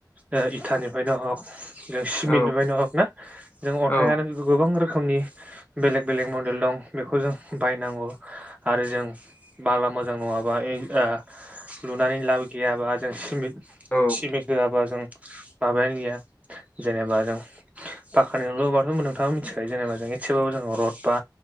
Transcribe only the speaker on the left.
औ
औ
औ